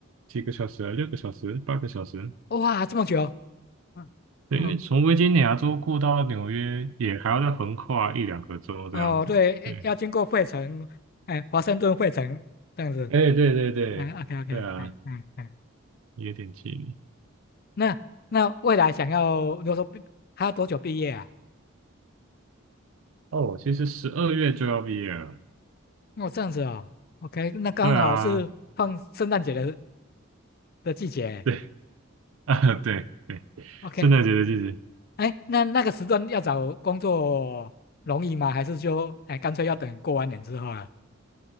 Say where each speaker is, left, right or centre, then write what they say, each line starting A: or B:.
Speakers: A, on the right; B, on the left.
A: 几个小时啊，六个小时，八个小时。
B: 哇，这么久，嗯哦
A: 对，因为从维吉尼亚州过到纽约，也还要再横跨一两个州这样子。
B: 哦，对，
A: 对，
B: 要经过费城，哎，华盛顿费城这样子，
A: 哎，对对对，
B: 哎，OK OK，
A: 对啊，
B: 哎哎哎。
A: 有点距离。
B: 那那未来想要，如果说毕还要多久毕业啊？
A: 哦，其实十二月就要毕业了。
B: 哦这样子哦，OK，那刚好是放圣诞节的
A: 对啊，
B: 的季节
A: 对 <laughs> 啊，对对，
B: ，OK，
A: 圣诞节的季节。
B: 哎，那那个时段要找工作容易吗？还是说哎干脆要等过完年之后了？